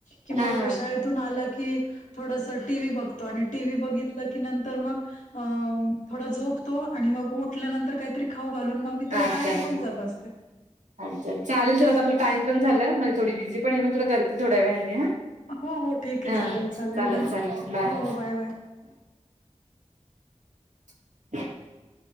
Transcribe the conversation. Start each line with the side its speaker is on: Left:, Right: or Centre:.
Left: की मग
Right: हां हां.
Left: शाळेतून आलं की थोडस टी व्ही बघतो आणि टीव्ही बघितलं की नंतर मग अ थोडा झोपतो आणि मग उठल्यानंतर काहीतरी खाऊ घालून मग त्याला
Right: अच्छा
Left: बाहेर
Right: अच्छा
Left: घेऊन जात असते.
Right: अच्छा चालेल आपला टाइम पण झाला मग थोडी बिझी पण मग तुला करते थोड्या वेळाने हा
Left: हो, हो. ठीक आहे.
Right: हा
Left: चालेल,
Right: चालेल
Left: धन
Right: चालेल बाय
Left: हो, हो. बाय.
Right: <unintelligible>